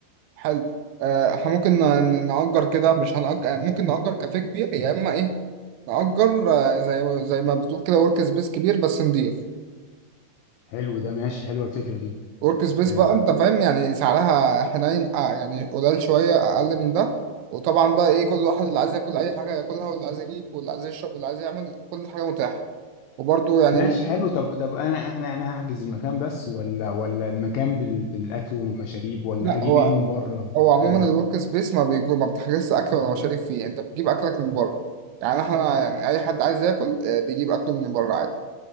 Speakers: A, on the right; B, on the left.
A: حلو آه، إحنا ممكن ن- نأجر كده مش هنأجر ممكن نأجر كافيه كبير يا إما إيه؟ نأجر آه، زي زي ما بتقول كده ورك سبيس كبير بس نضيف
B: حلو ده ماشي حلوه الفكره دي
A: ورك سبيس
B: آه،
A: بقى انت فاهم يعني سعرها حنين آه يعني قليل شويه اقل من ده وطبعا بقى ايه كل واحد اللي عايز ياكل اي حاجه ياكلها واللي عايز يجيب واللي عايز يشرب واللي عايز يعمل كل حاجه متاحه وبرده يعني
B: ماشي
A: م...
B: حلو طب طب انا انا انا هحجز المكان بس ولا ولا المكان بال... بالاكل والمشاريب ولا
A: لا
B: هجيب
A: هو
B: ايه من بره
A: هو عموما
B: مم.
A: الورك سبيس ما بيجو ما بتحجزش اكل ولا مشاريب فيه انت بتجيب اكلك من بره يعني احنا يعني اي حد عايز ياكل آه، بيجيب اكله من بره عادي